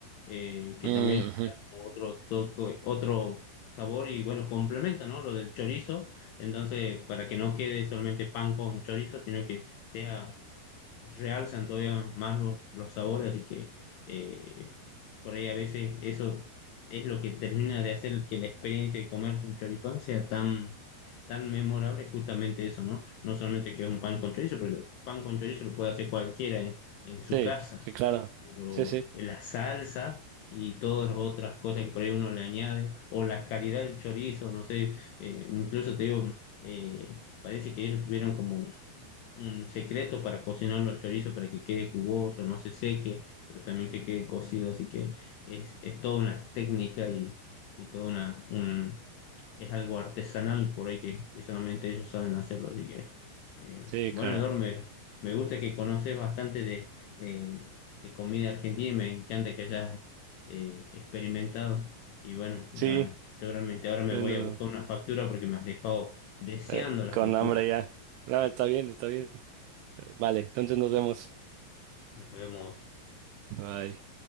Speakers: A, on the left; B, on the right.
A: eh, que
B: Mm,
A: también le
B: ujú.
A: da como otro toque, otro sabor y bueno, complementa, ¿no? Lo del chorizo. Entonces, para que no quede solamente pan con chorizo, sino que sea realzan todavía más los, los sabores, así que eh, por ahí a veces eso es lo que termina de hacer que la experiencia de comerse un choripán sea tan, tan memorable, es justamente eso, ¿no? No solamente que es un pan con chorizo, porque el pan con chorizo lo puede hacer cualquiera en, en su
B: Sí,
A: casa,
B: sí, claro.
A: pero
B: Sí, sí,
A: la salsa y todas las otras cosas que por ahí uno le añade, o la calidad del chorizo, no sé, eh, incluso te digo... eh, parece que ellos tuvieran como un secreto para cocinarlo al chorizo para que quede jugoso, no se seque, pero también que quede cocido, así que es, es toda una técnica y, y toda una, un, es algo artesanal por ahí que, que solamente ellos saben hacerlo, así que eh,
B: sí,
A: bueno,
B: claro.
A: Eduardo, me, me gusta que conoces bastante de, de, de comida argentina y me encanta que hayas eh, experimentado. Y bueno, ya,
B: Sí,
A: seguramente ahora me
B: yo
A: voy
B: no-
A: a buscar una factura porque me has dejado deseando
B: eh,
A: la
B: con
A: factura.
B: hambre ya. No, está bien, está bien. Eh, Vale, entonces nos vemos.
A: Nos vemos
B: Bye.